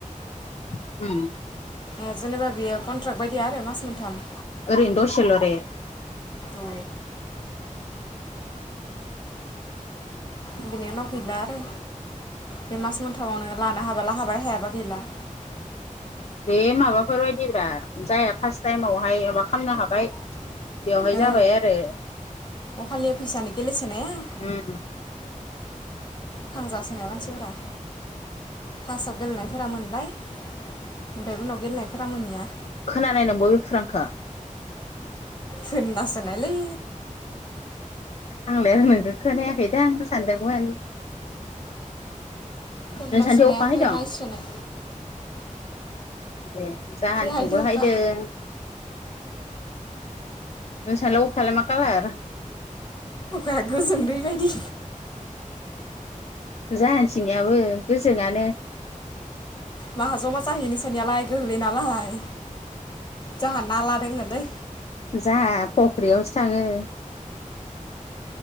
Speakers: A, on the left (about 50°); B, on the left (about 35°).
A: <inaudible> ओम।
B: ए जेनेबा बियो कन्ट्राक्ट बायदिया आरो मास मोनथाम।
A: ओरैनो द'सेल' दे।
B: औ बिनि उनाव गैला आरो बे मास मोनथामावनो लानो हाबाला हाबाय हायाबा गैला।
A: बे माबाफोर बायदिब्रा जायहा फार्स्ट टाइमावहाय माबा खालामनो हाबाय। बेवहाय
B: ओ
A: जाबाय आरो।
B: अखालि फैसानि गेलेसोनाया।
A: ओम।
B: थांजासोनाय मानसिफोरा। फार्स्टआव गेलेनायफोरा मोनबाय, ओमफ्राय उनाव गेलेनायफोरा मोनैया।
A: खोनानायदोंं बबे खुरांखौ।
B: थोनदासनायलै।
A: आंलाय आरो नोंखौ खोनायाखै दां आं सानदोंमोन।
B: खोनासोनायानोबो
A: नोंसानिथिं अखा हायदों
B: नायसनाय।
A: ए जाहानिथिंबो
B: हायदो अखा
A: हायदों। नोंसालाय अखालाय मा खालार?
B: अखाया गोजोन दै बायदि।
A: जानोथिनायाबो गोजोङानो।
B: माहा जमा जाहैनोंसनियालाय गोग्लै नालाय जोंहा नाला दोङलै।
A: जोहा फख्रियावसो थाङो।